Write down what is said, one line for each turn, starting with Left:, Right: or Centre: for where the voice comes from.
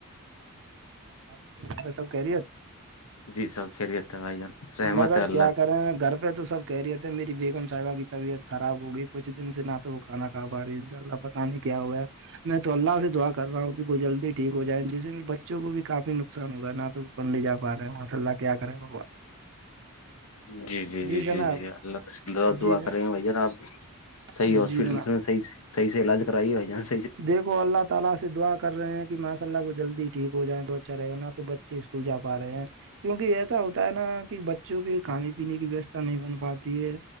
Right: آپ سارے سب کہہ رہی ہےت
Left: جی سب خیریت ہے بھائی جان رحمت
Right: مگر
Left: ہے اللہ
Right: کیا کریں گھر پہ تو سب کہہ رہے تھ مری بیگم صاحبہ کی طبیت خراب ہو گئی کچھ دن سے نہ تو وہ کانا کا پا رہی ان شاء اللہ پتا نہیں کیا ہوا میں تو اللہ سے دعا رہا ہوں کہ وہ جلدی ٹھیک جائے جس میں بچوں کو بھی کافی نقصان ہوگا نہ تو وہ پڑھےا رہے ہیں ماںسلہ کے کیا کریں بگوا
Left: جی جی جی
Right: جناب
Left: جی جی اللہ تع دعا
Right: جی
Left: کریں گے بھیا آپ بھی صح
Right: جی
Left: ہاسپٹلس
Right: جناب
Left: میں صحی صح سے علاج کرائیے بائی جانس
Right: دیکھو اللہ تعالی سے دعا کرے کہ ماء اللہ وہ جلدی ٹھیک ہو جائے تو اچھا رہ گا نہ تو اسکول جا رہے ہیں کیونکہ ایسا ہوتا ہوتا ہے نا کہ بچوں کے کھانے پینے کی ویوستھا نہیں بن پاتی ہے